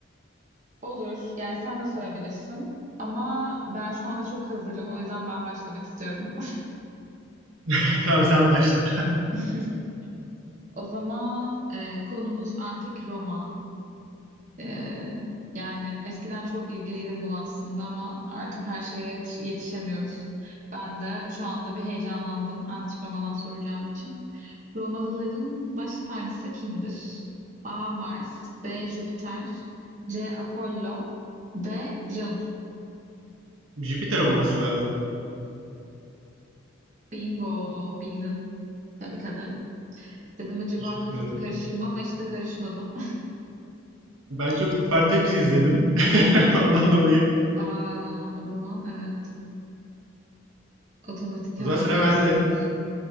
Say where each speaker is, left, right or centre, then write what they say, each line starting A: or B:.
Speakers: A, on the right (about 35°); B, on the right (about 80°).
A: <laughs> Olur. Yani sen de sorabilirsin. Ama ben şu anda çok hazırım. O yüzden ben başlamak istiyorum.
B: <laughs> Tamam sen başla.
A: <laughs> O zaman e, konumuz Antik Roma. Ee, yani eskiden çok ilgiliydim buna aslında ama artık her şeye yetiş- yetişemiyoruz. Ben de şu anda bir heyecanlandım antik Roma'dan soracağım için. Romalıların baş tanrısı kimdir? A. Mars B. Jüpiter C. Apollo D. Janus
B: Jüpiter olması lazım.
A: Bingo bildin. Tebrik ederim. Dedim acaba
B: Teşekkür
A: kafası
B: ederim.
A: karışır mı ama işte karışmadı.
B: Ben çok Spartacus izledim. <laughs> Ondan dolayı.
A: <laughs> Aa, o zaman evet otomatik
B: O
A: hemen
B: zaman sıra
A: bilmişsindir.
B: bende.